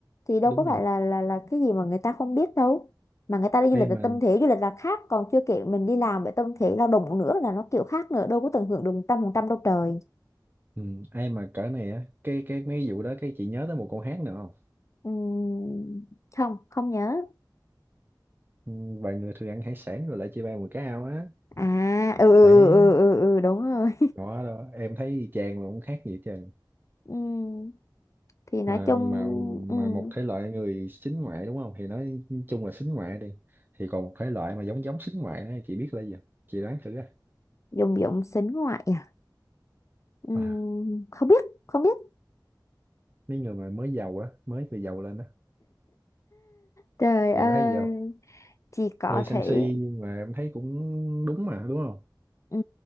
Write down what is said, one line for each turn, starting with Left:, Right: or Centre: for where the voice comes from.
Left: thì đâu
Right: đúng
Left: có
Right: rồi
Left: phải là là là cái gì mà người ta không biết đâu mà người ta đi du
Right: em
Left: lịch là
Right: mà
Left: tâm thế du lịch là khác còn chưa kể mình đi làm với tâm thế lao động nữa là nó kiểu khác nữa đâu có tận hưởng được một trăm phần trăm đâu trời
Right: Ừ, ai mà cỡ này á cái cái mấy vụ đó cái chị nhớ tới một con hát nữa không
Left: Ừm, không không nhớ
Right: Ừ, vài người thường ăn hải sản rồi lại chia ba một cái ao á
Left: à ừ ừ
Right: đấy
Left: ừ ừ, ừ ừ, đúng rồi
Right: đó đâu em thấy chàng mà cũng khác gì chứ
Left: <laughs> Ừm, thì nói
Right: mà
Left: chung
Right: mà
Left: ừm,
Right: mà một thể loại người xính ngoại đúng không thì nói chung là xính ngoại đi thì còn một thể loại mà giống giống xính ngoại á chị biết là gì không? chị đoán thử á
Left: dùng dụng sính ngoại à Ừm,
Right: à,
Left: không biết không biết
Right: mấy người mà mới giàu á mới từ giàu lên á
Left: trời ơi
Right: chị có thấy gì không
Left: chỉ có
Right: hơi sân
Left: thế
Right: si nhưng mà em thấy cũng đúng mà đúng không
Left: ừ,